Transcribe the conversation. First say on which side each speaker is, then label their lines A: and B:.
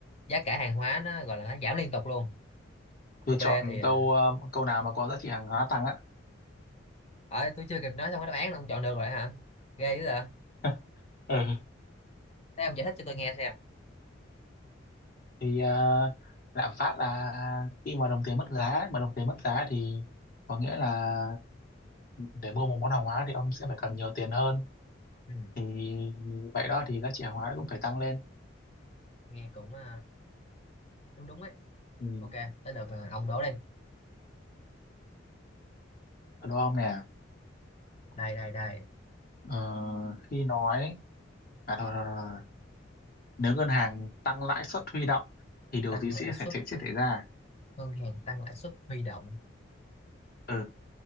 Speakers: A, on the left (about 30°); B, on the left (about 45°).
A: giá cả hàng hóa nó gọi là nó giảm liên tục luôn
B: Tôi
A: câu B
B: chọn
A: thì ờ,
B: câu ờ, câu nào mà có giá trị hàng hóa tăng á.
A: ở tôi chưa kịp nói xong cái đáp án là ông chọn được rồi hả ghê dữ à
B: <laughs> Ừ.
A: thế ông giải thích cho tôi nghe xem
B: Thì ờ, lạm phát là khi mà đồng tiền mất giá, mà đồng tiền mất giá thì có nghĩa là để mua một món hàng hóa thì ông sẽ phải cần nhiều tiền hơn
A: ừ.
B: thì vậy đó thì giá trị hàng hóa cũng phải tăng lên
A: nghe cũng ờ, đúng đúng ấy
B: ừ.
A: ok tới lượt ờ, ông đố đi
B: đúng không nè
A: đây đây đây
B: ờ, khi nói à thôi, thôi, thôi, thôi. nếu ngân hàng tăng lãi suất huy động thì điều
A: tăng
B: gì sẽ
A: lãi suất
B: xảy sẽ, sẽ xảy ra
A: ngân hàng tăng lãi suất huy động
B: ừ